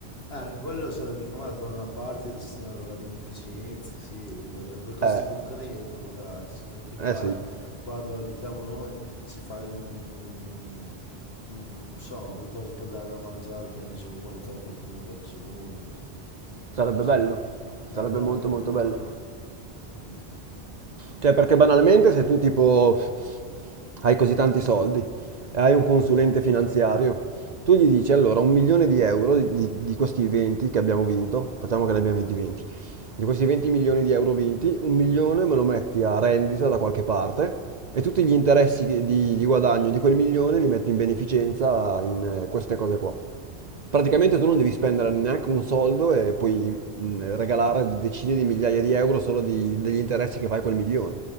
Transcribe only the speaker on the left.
Ah, anche quello sarebbe mica male fare una parte destinare alla beneficenza, sì, per- qualcosa
di concreto magari, sì, anche qua,
qua dove abitiamo noi si fa un, un- non so, qualcosa per dare da mangiare a chi ha bisogno, aiutare qualcuno che ha bisogno, non so,
qualcosa,
vai
a parlare
con
qualcuno,
che- sì,